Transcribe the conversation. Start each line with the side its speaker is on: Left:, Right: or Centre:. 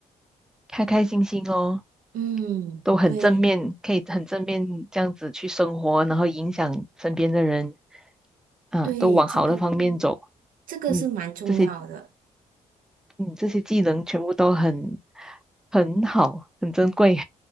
Centre: 开开心心哦。
Right: 嗯，
Centre: 都很正面，
Right: 对。
Centre: 可以很正面这样子去生活，然后影响身边的人，啊，
Right: 对，
Centre: 都往好的方面走。
Right: 这个。这个是蛮重要的，
Centre: 嗯，这些嗯这些技能全部都很很好，很珍贵，